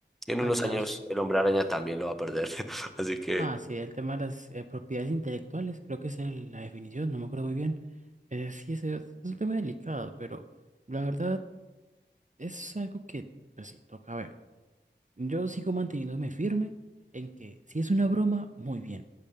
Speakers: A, in the centre; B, on the right.
A: Y en
B: No,
A: unos
B: claro.
A: años el hombre araña también lo va a perder. <laughs> Así que
B: Ah, sí, el tema de las eh, propiedades intelectuales, creo que esa es la definición, no me acuerdo muy bien. Eh, sí, ese es, es un tema delicado, pero la verdad es algo que, pues sí, toca ver. Yo sigo manteniéndome firme en que si es una broma, muy bien,